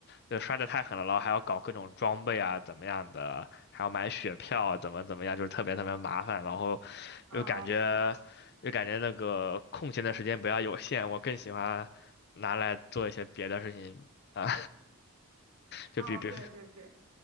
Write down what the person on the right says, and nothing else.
<laughs> 嗯，
是，
哦，对对对，